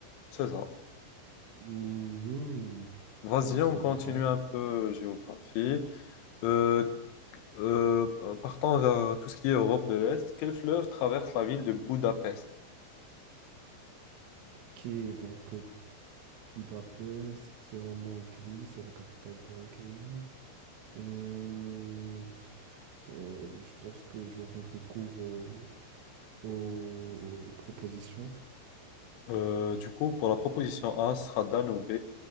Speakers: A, on the left; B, on the right.
A: C'est ça.
B: Mhm.
A: Vas-y,
B: Bah, je
A: on
B: savais
A: continue
B: pas.
A: un peu géographie. Euh, euh, partons vers tout ce qui est Europe de l'Est. Quelle fleuve traverse la ville de Budapest?
B: Ok, donc euh, Budapest, c'est en Hongrie, c'est la capitale d'Hongrie. Euh, euh, je pense que j'aurai recours aux, aux- aux propositions.
A: Euh, du coup, pour la proposition A, ce sera Danube.